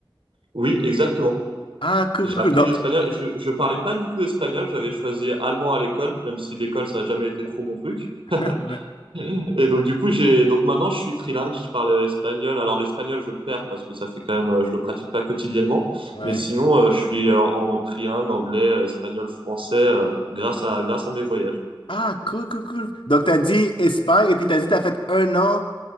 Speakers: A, on the right (about 80°); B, on the left (about 75°).
A: Oui, exactement.
B: Ah, cool,
A: J'ai
B: cool, cool.
A: appris
B: Donc,
A: l'espagnol. Je, je parlais pas du tout espagnol. J'avais choisi allemand à l'école, même si l'école, ça n'a jamais été trop mon truc.
B: <laughs> ouais.
A: <laughs> Et donc du coup j'ai donc maintenant je suis trilingue, je parle espagnol. Alors l'espagnol je le perds parce que ça fait quand même euh, je le pratique pas quotidiennement,
B: Ouais.
A: mais sinon euh, je suis euh, en, trilingue anglais, euh, espagnol, français euh, grâce à grâce à mes voyages.
B: Ah, cool, cool, cool. Donc, t'as dit Espagne, et puis t'as dit t'as fait un an.